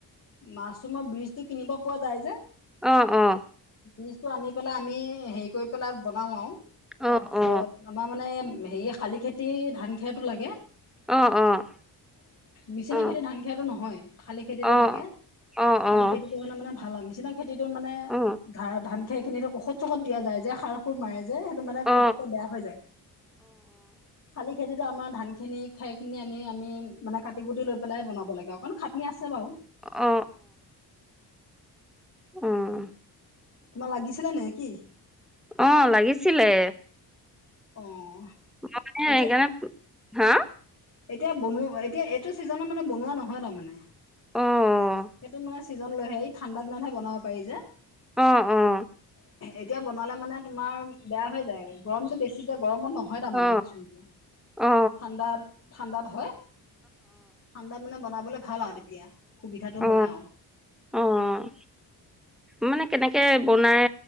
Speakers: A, on the left; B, in the centre.
A: মাছৰুমৰ বীজটো কিনিব পোৱা যায় যে।
B: অ', অ'।
A: বীজটো আনি পেলাই, আমি হেৰি কৰি পেলাই বনাও আৰু।
B: অ
A: তাৰপিছত
B: অ
A: আমাৰ মানে হেৰি, শালি খেতি ধান খেৰটো লাগে।
B: অ', অ'।
A: মেচিনৰ
B: অ
A: খেতিৰ ধান খেৰটো নহয়। শালি খেতিটো
B: অ অ
A: লাগে,
B: অ অ অ
A: শালি খেতিটো হ'লে মানে ভাল হয়, মেচিনৰ খেতিতো মানে
B: অ
A: ধা ধান খেৰ খিনিতো ঔষধ চষত দিয়া যায় যে, সাৰ <unintelligible> মাৰে যে সেইটো মানে
B: অ অ অ
A: পতক তে বেয়া হৈ যায় শালি খেতিতো আমাৰ ধান খিনি খেৰ খিনি এনে আমি মানে কাটি কুটি লৈ পেলাই বনাব লাগে অকণ খাটনি আছে বাৰু।
B: অ অ অ',
A: তোমাৰ লাগিছে নে, নে কি?
B: অ' লাগিছিলে।
A: অ',
B: মই মানে
A: এতিয়া
B: সেইকাৰণে হা?
A: এতিয়া বনোৱব এতিয়া এইটো ছিজনত মানে বনোৱা নহয় তাৰমানে।
B: অ',
A: এইটোত মানে চিজন লৈহে এই ঠাণ্ডা দিনতহে বনাব পাৰি যে।
B: অ'অ'
A: এতিয়া বনালে মানে তোমাৰ বেয়া হৈ যায় গৰমটো বেছি যে গৰমত ন'। হয় তাৰমানে
B: অ
A: মাচৰুমটো
B: অ
A: ঠাণ্ডাত, ঠাণ্ডাত হয়। ঠাণ্ডাত মানে বনাবলে ভাল আৰু তেতিয়া সুবিধাটো
B: অ
A: হয় আও
B: অ' মানে কেনেকে বনাই